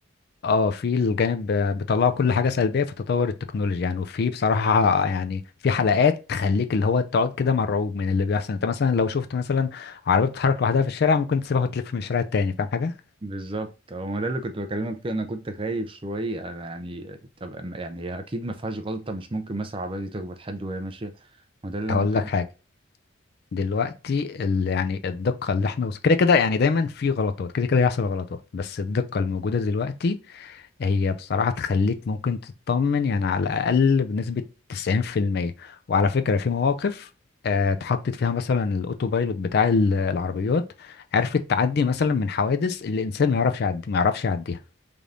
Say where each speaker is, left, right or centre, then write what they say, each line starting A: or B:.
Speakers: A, on the left; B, on the right.
A: اه في الجانب بيطلعوا كل حاجه سلبيه في تطور التكنولوجيا يعني وفي بصراحه يعني في حلقات تخليك اللي هو تقعد كده مرعوب من اللي بيحصل انت مثلا لو شفت مثلا عربيه بتتحرك لوحدها في الشارع ممكن تسيبها وتلف من الشارع التاني فاهم حاجه
B: بالظبط هو ما ده اللي كنت بكلمك فيه انا كنت خايف شويه انا يعني طب أما- يعني هي اكيد ما فيهاش غلطه مش ممكن مثلا العربيه دي تخبط حد وهي ماشيه ما ده اللي
A: هقول
B: انا بتكلم
A: لك حاجه دلوقتي ال... يعني الدقة اللي احنا وص- كده كده يعني دايما في غلطات كده كده يحصل غلطات بس الدقة الموجودة دلوقتي هي بصراحة تخليك ممكن تطمن يعني على الأقل بنسبة 90% وعلى فكرة في مواقف آه، اتحطت فيها مثلا الاوتو بايلوت بتاع ال- العربيات عرفت تعدي مثلا من حوادث اللي الانسان ما يعرفش يعدي ما يعرفش يعديها